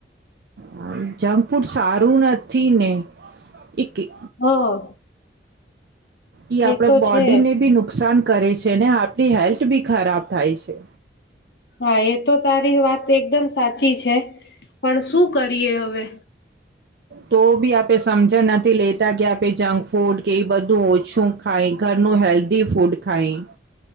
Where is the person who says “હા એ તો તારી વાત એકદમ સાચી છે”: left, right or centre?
Left